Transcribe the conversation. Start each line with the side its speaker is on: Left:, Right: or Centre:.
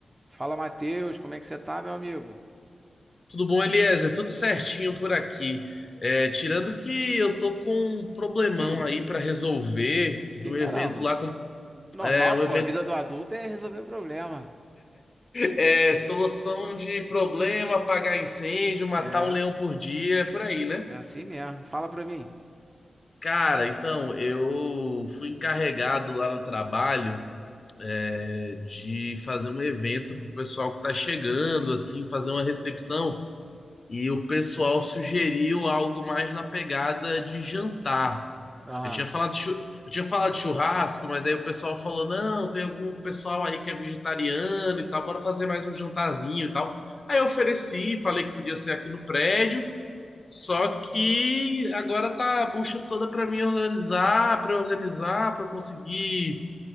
Right: Fala, Matheus, como é que você tá, meu amigo?
Left: Tudo bom, Eliezer? Tudo certinho por aqui. É, tirando que eu tô com um problemão
Right: Hum,
Left: aí pra resolver de
Right: e
Left: um
Right: caramba,
Left: evento lá com.
Right: normal,
Left: É, um
Right: pô,
Left: evento.
Right: a vida do
Left: <laughs>
Right: adulto é resolver problema.
Left: É, solução de problema, apagar incêndio, matar
Right: É,
Left: um leão por dia, é por aí, né?
Right: é assim mesmo. Fala pra mim.
Left: Cara, então, eu fui encarregado lá no trabalho é, de fazer um evento pro pessoal que tá chegando, assim, fazer uma recepção. E o pessoal sugeriu algo mais na pegada de jantar.
Right: Aham.
Left: Eu tinha falado de chu- eu tinha falado de churrasco, mas aí o pessoal falou: não, tem algum pessoal aí que é vegetariano e tal, bora fazer mais um jantarzinho e tal. Aí eu ofereci, falei que podia ser aqui no prédio, só que agora tá a bucha toda pra mim organizar, pra eu organizar, pra eu conseguir